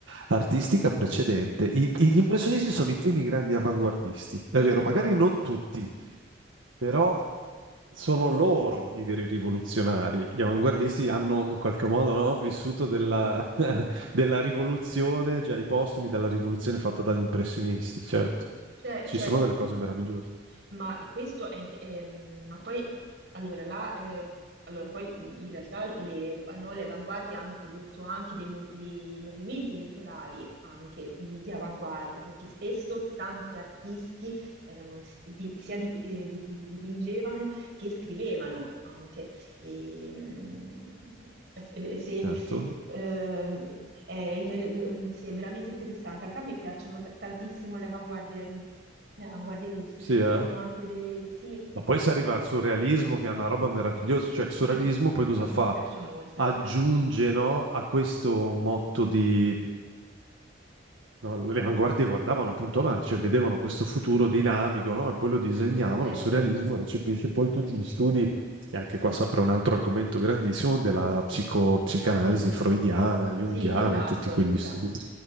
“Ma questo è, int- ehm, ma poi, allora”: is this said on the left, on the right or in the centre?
Right